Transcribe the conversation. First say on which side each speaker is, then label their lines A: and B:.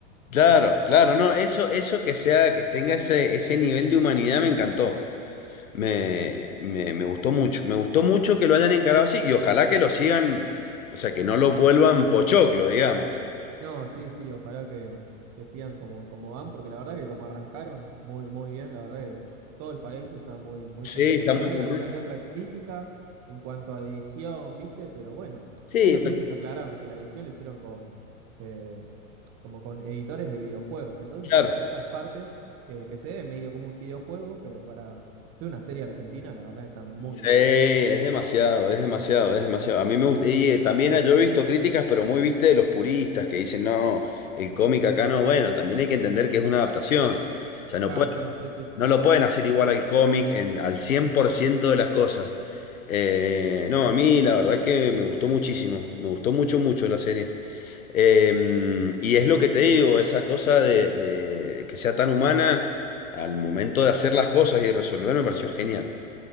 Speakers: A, on the left (about 85°); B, on the right (about 40°).
A: Claro, claro, no, eso, eso que sea, que tenga ese, ese nivel de humanidad me encantó. Me, me, me gustó mucho. Me gustó mucho que lo hayan encarado así y ojalá que lo sigan, o sea, que no lo vuelvan pochoclo, digamos.
B: No, sí, sí, ojalá que, que sigan como, como van, porque la verdad que como arrancaron muy, muy bien, la verdad que todo el país está muy, muy
A: Sí,
B: satisfecho.
A: está muy
B: Hay
A: contento.
B: alguna que otra crítica en cuanto a edición, ¿viste? Pero bueno,
A: Sí,
B: ellos
A: pero-
B: mismos aclararon que la edición la hicieron con, eh, como con editores de videojuegos. Entonces
A: claro.
B: hay ciertas partes que, que se ven medio como un videojuego, pero para ser una serie argentina, la verdad está muy
A: Sí,
B: bien.
A: es demasiado, es demasiado, es demasiado. A mí me gusta, y eh, también ah, yo he visto críticas, pero muy viste de los puristas que dicen, no, el cómic acá no, bueno, también hay que entender que es una adaptación. O sea, no
B: Claro,
A: pueden-
B: claro, sí, sí.
A: no lo pueden hacer igual al cómic en, al 100% de las cosas. Eh, no, a mí la verdad que me gustó muchísimo, me gustó mucho, mucho la serie. Eh, y es lo que te digo, esa cosa de, de que sea tan humana al momento de hacer las cosas y de resolver me pareció genial.